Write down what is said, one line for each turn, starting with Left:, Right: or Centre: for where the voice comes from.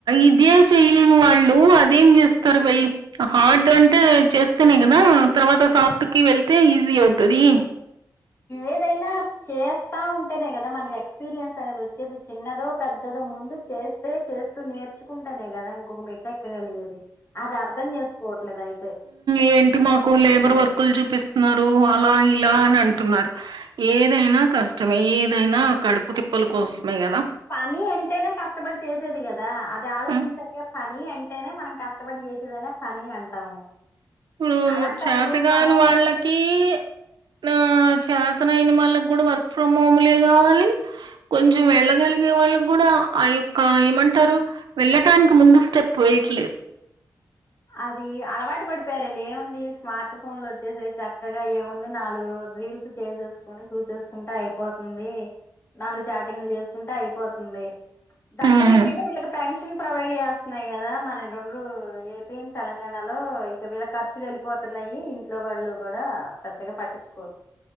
Right: ఇదే చెయలేని వాళ్ళు అదేం చేస్తారు వెళ్ళి ఆ హార్డ్ అంటే చేస్తేనే కదా తర్వాత సాఫ్ట్ కి వెళ్తే ఈజీ అవుతది
Left: ఏదైనా చేస్తా ఉంటేనే కదా మనకి ఎక్స్పీరియన్స్ అనేది వచ్చేది చిన్నదో పెద్దద ముందు చేస్తే చేస్తూ నేర్చుకుంటానే కదా ఇంకొక మెట్ట ఎక్కగలిగేది అది అర్థం చేసుకోవట్లేదు అయితే
Right: ఏంటి మాకు
Left: మోటివేషన్
Right: లేబర్ వర్కులు చూపిస్ న్నారు అలా ఇలా అని అంటున్నారు ఏదైనా కష్టమే ఏదైనా కడుపు తిప్పల కోసమే కదా
Left: పని అంటేనే కష్టపడి చేసేది కదా అది ఆలోచించాలిగా
Right: హ్మ్.
Left: పని అంటేనే మనం కష్టపడి చేసేదనే పని అంటాము
Right: మ్
Left: అలాంటప్పుడు
Right: చతకాని
Left: మనం
Right: వాళ్ళకి నా చేతనయిన వాళ్ళకి కూడా వర్క్ ఫ్రమ్ హోమ్లే కావాలి కొంచెం వెళ్ళగలిగే వాళ్ళకి కూడా ఆ యొక్క ఏమంటారు వెళ్ళటానికి ముందు స్టెప్ వేయట్లేదు
Left: అది అలవాటు పడిపోయారండి ఏముంది స్మార్ట్ ఫోన్లు వచ్చేసి చక్కగా ఏముంది నాలుగు రీల్స్ చేసేసుకొని చూసేసుకుంటే అయిపోతుంది నాలుగు చాటింగ్లు చేసుకుంటే అయిపోతుంది దట్టు
Right: ఉమ్
Left: ఏంటంటే వీళ్ళకి పెన్షన్ ప్రొవైడ్ చేస్తున్నాయి కదా మన రెండు ఏ పి న్ తెలంగాణలో ఇక వీళ్ళ ఖర్చులు వెళ్ళిపోతున్నాయి ఇంట్లో వాళ్ళు కూడా పెద్దగా పట్టించుకోరు